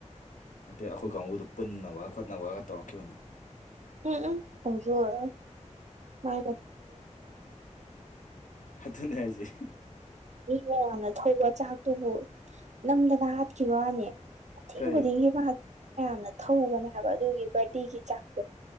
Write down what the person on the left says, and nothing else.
ꯍꯥꯏꯐꯦ ꯑꯩꯈꯣꯏ ꯀꯥꯡꯕꯨꯗꯨ ꯄꯨꯟꯅꯕ ꯈꯣꯠꯅꯕꯒ ꯇꯧꯔꯛꯈꯤꯕꯅꯤ
ꯑꯗꯨꯅꯦ ꯍꯥꯏꯁꯦ
ꯀꯔꯤ